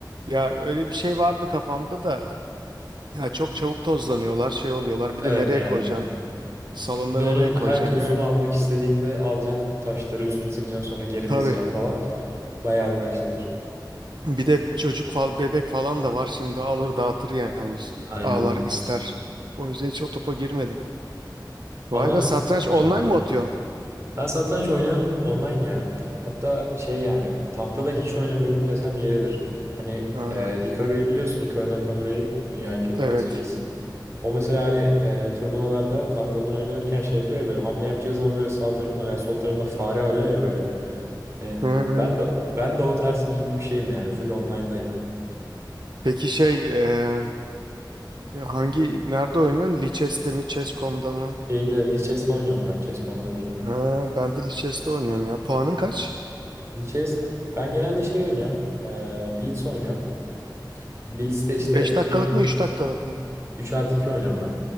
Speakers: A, on the right; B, on the right.
A: Ya öyle bir şey vardı kafamda da. Ya çok çabuk tozlanıyorlar, şey oluyorlar. Bir
B: Evet
A: de nereye
B: yani.
A: koyacaksın? Salonda
B: Bir de
A: nereye
B: onun her
A: koyacaksın
B: tozunu
A: yani?
B: almak istediğinde alacaksın taşları üstünü sileceksin sonra geri
A: Tabii.
B: dizeceksin falan. Bayağı uğraştırır.
A: Bir de çocuk falan, bebek falan da var şimdi alır dağıtır yani Ş-
B: Aynen.
A: ağlar ister. O yüzden hiç o topa girmedim.
B: Ama
A: Vay be satranç
B: güzeldir.
A: online mı atıyorsun?
B: Ben satranç oynayan online ya. Hatta şey yani tahtada hiç oynamıyorum desem yeridir. Hani
A: Ha,
B: e, Hikaru'yu biliyorsun Hikaru Nakamura'yı dünya iki numarası
A: evet.
B: reis. O mesela hani e, turnuvalarda tahtadan oynanırken şey yapıyor ya böyle hamle yapacağı zaman böyle sağ tarafında veya sol tarafında fare arıyor ya böyle. Hani
A: Hı.
B: ben de ben de o tarz gibi bir şeyim yani full online'dayım.
A: Peki şey e, ya hangi nerede oynuyorsun? Lichess'te mi Chess.com'da mı?
B: Şeyde Lichess'te oynuyorum ben chess Chess.com'da değil.
A: Ha, ben de Lichess'te oynuyorum ya. Puanın kaç?
B: Lichess ben genelde şey oynuyorum. E, Blitz oynuyorum. Blitz'te işte
A: Beş dakikalık
B: bin
A: mı 3 dakikalık mı?
B: üç artı 2 oynuyorum ben.